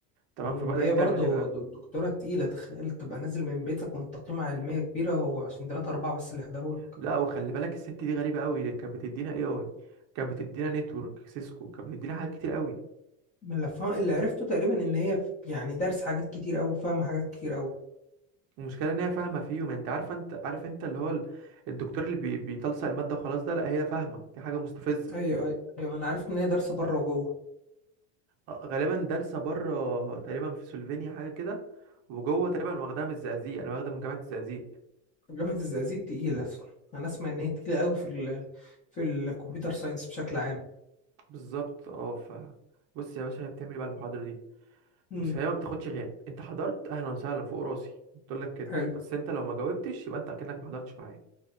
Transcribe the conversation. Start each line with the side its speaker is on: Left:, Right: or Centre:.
Right: تمام
Left: امم
Right: فبدأت
Left: هي برضه
Right: تعمل ايه بقى
Left: د- دكتوره تقيله تخيل تبقى نازل من بيتك وانت قيمه علميه كبيره وعشان تلاتة اربعه بس اللي حضروا لك
Right: لا وخلي بالك الست دي غريبه قوي كانت بتدينا اي اي كانت بتدينا نتورك سيسكو كانت بتدينا حاجات كتير قوي
Left: من اللي فا- اللي عرفته تقريبا ان هي ف- يعني دارس حاجات كتير قوي فاهمه حاجات كتير قوي
Right: المشكله ان هي فاهمه فيهم يعني انت عارفه انت عارف انت اللي هو ال- الدكتور اللي بي... بيتلصق الماده وخلاص ده لا هي فاهمه دي حاجه مستفزه
Left: ايوه ايوه ايوه انا عرفت ان هي دارسه بره وجوه
Right: آه، غالبا دارسه بره تقريبا في سلوفينيا حاجه كده وجوه تقريبا واخداها من الزقازيق انا واخده من جامعه الزقازيق
Left: جامعة الزقازيق تقيلة أنا أسمع إن هي تقيلة أوي في ال في الكمبيوتر ساينس بشكل عام
Right: بالظبط اه ف بص يا باشا هي بتعمل إيه بقى المحاضره دي
Left: امم
Right: بص هي ما بتاخدش غياب انت حضرت اهلا وسهلا فوق راسي بتقول لك كده
Left: حلو
Right: بس انت لو ما جاوبتش يبقى انت اكنك ما حضرتش معايا